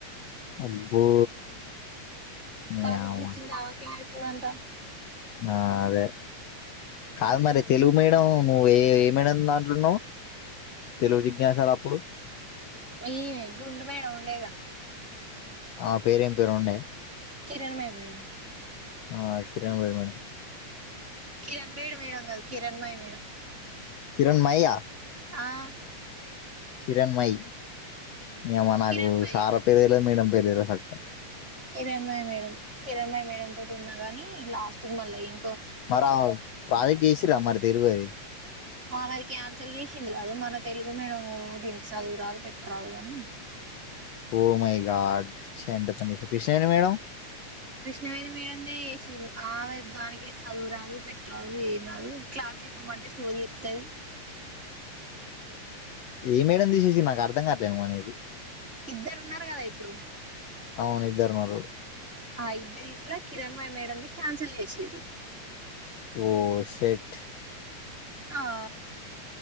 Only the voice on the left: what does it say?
అబ్బో నీ
యవ్వ
ఆ అదే కాదు మరి తెలుగు మీడియం నువ్వు ఏ ఇమిడియమ్ దాంట్లోన్నావు తెలుగు జిజ్ఞ సార్ అప్పుడు
ఆ పేరేం పేరు ఉండే
ఆ కిరణ్మయ మేడం
కిరణ్ మయ్ ఆ
కిరణ్ మై ఏమో నాకు
సారా పేర్లు తేలేదు madam <inaudible>
మరా ప్రాజెక్ట్ ఏస్ రా మరీ తెరువది
ఓ మై గాడ్ చ్చ ఎంత పని కృష్ణేని మేడం
ఏ మేడం తీసేసిన్ నాకు అర్థం కాట్లేనువ్ అనేది
అవునుఇద్దరు ఉన్నారు
ఓ సెట్